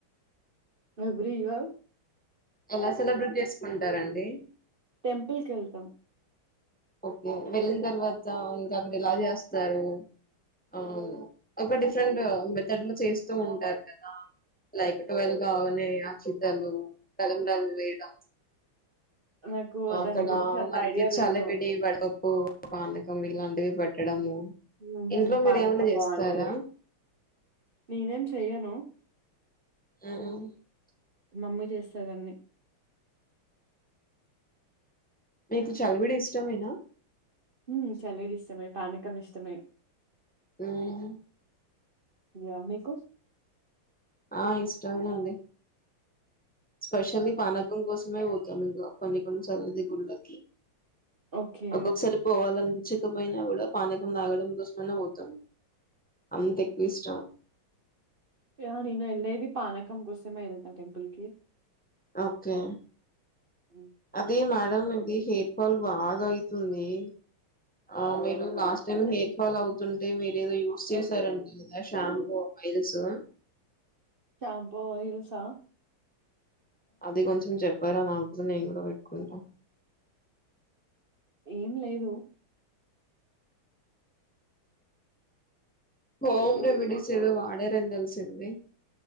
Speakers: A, on the right (about 35°); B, in the centre.
A: ఎవ్ర్రి ఇయర్
B: ఎలా సెలబ్రేట్ చేసుకుంటారండి
A: టెంపుల్ కెళ్తాం
B: ఓకే వెళ్ళన్ తర్వాత ఇంకా అక్కడ ఎలా చేస్తారు ఆ ఒక డిఫరెంట్ మెథడ్లో చేస్తూఉంటారు కదా లైక్ ట్వెల్వ్ కాగనే అక్షింతలు తళంబ్రాలు వేయడం
A: నాకు
B: ఆ అక్కడ
A: దాని గురించి అంత
B: మనకి
A: ఐడియా
B: చాలివిడి
A: లేదు.
B: వడపప్పు పానకం ఇలాంటివి పెట్టడము
A: హు మ్మ్
B: ఇంట్లో
A: పానకం
B: మీరు ఏమన్నా చేస్తారా
A: బాగుంటది నేనేం చెయ్యను
B: మ్
A: మమ్మీ చేస్తది అన్ని
B: మీకు చల్విడి ఇష్టమెనా
A: హుమ్ చల్విడి ఇష్టమే పానకం ఇష్టమే
B: మ్మ్
A: యా మీకు
B: ఆ ఇష్టంమెఅండి స్పెషల్లి పానకం కొసమే పోతాం ఇంట్లో కొన్ని కొన్నిసార్లు ఇది గుళ్లకి
A: ఓకే.
B: ఒక్కొక్కసరి పొవాలనిపించకపోయిన కూడ పానకం తాగడం కోసమైనా పొతమ్ అంతెక్కువిష్టం
A: య నేన్ ఏళ్ళేది పానకం కోసమే ఏల్త టెంపుల్ కి
B: ఓకే
A: హ్మ్.
B: అది మేడం ఈ హెయిర్ ఫాల్ బాధ అయ్తుంది ఆ మీరు లాస్ట్ టైమ్ హెయిర్ ఫాల్ అవుతుంటే మీరు ఏదో యూజ్ చేసారంటి కదా షాంపు మైల్సు
A: షాంపు ఆయిల్స్ఆ
B: అది కొంచెం చెప్పరా నాకు నేన్ కూడ పెట్టుకుంట
A: ఏం లేదు
B: హోమ్ రెమిడీస్ ఏదో వాడర్ అనితెలిసింది